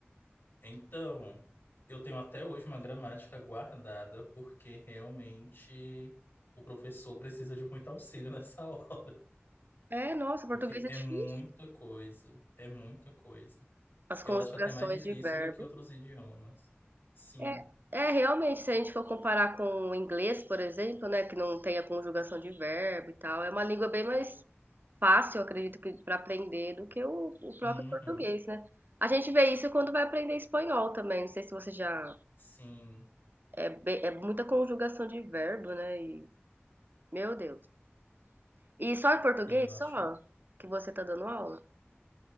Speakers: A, on the left; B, on the right.
A: Então, eu tenho até hoje uma gramática guardada, porque realmente o professor precisa de muito auxílio nessa <laughs> hora,
B: É, nossa, português
A: porque
B: é
A: é
B: difícil.
A: muita coisa, é muita coisa.
B: As
A: Eu
B: conjugações
A: acho até mais difícil
B: de verbo.
A: do que outros idiomas. Sim.
B: É, é, realmente, se a gente for comparar com o inglês, por exemplo, né, que não tem a conjugação de verbo e tal, é uma língua bem mais fácil, eu acredito que para aprender do que o, o próprio
A: Uhum.
B: português, né? A gente vê isso quando vai aprender espanhol também. Não sei se você já
A: Sim.
B: é, bem- é muita conjugação de verbo, né? E, meu Deus. E só em português,
A: Sim, eu acho.
B: só que você tá dando aula?